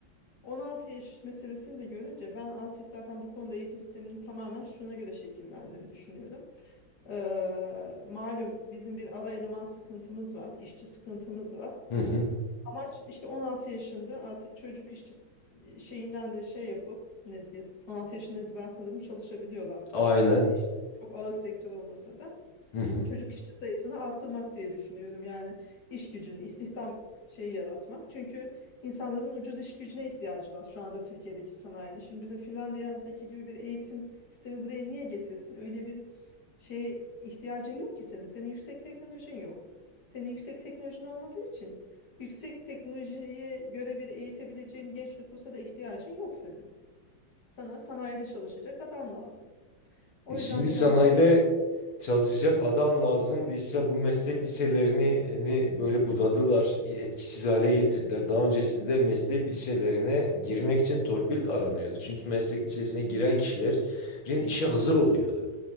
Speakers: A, on the left; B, on the left.
A: 16 yaş meselesini de görünce ben artık zaten bu konuda eğitim sisteminin tamamen şuna göre şekillendiğini düşünüyorum. Ee, malum bizim bir ara eleman sıkıntımız var, işçi sıkıntımız var.
B: Hı hı.
A: Amaç işte 16 yaşında artık çocuk işçi s- şeyinden de şey yapıp ne diye 16 yaşında ben sanırım çalışabiliyorlar
B: Aynen.
A: bayağı bir iş. Çok ağır sektör olmasa da
B: Hı hı.
A: çocuk işçi sayısını arttırmak diye düşünüyorum. Yani iş gücünü, istihdam şeyi yaratmak. Çünkü insanların ucuz iş gücüne ihtiyacı var şu anda Türkiye'deki sanayinin. Şimdi bizim Finlandiya'daki gibi bir eğitim sistemi buraya niye getirsin? Öyle bir şeye ihtiyacın yok ki senin. Senin yüksek teknolojin yok. Senin yüksek teknolojin olmadığı için yüksek teknolojiye göre bir eğitebileceğin genç nüfusa da ihtiyacın yok senin. Sana sanayide çalışacak adam lazım. O
B: E şimdi
A: yüzden de
B: sanayide
A: bence eğitim
B: çalışacak adam lazım diyse bu meslek liselerini hani böyle budadılar, etkisiz hale getirdiler. Daha öncesinde meslek liselerine girmek için torpil aranıyordu. Çünkü meslek lisesine giren kişilerin işe hazır oluyordu.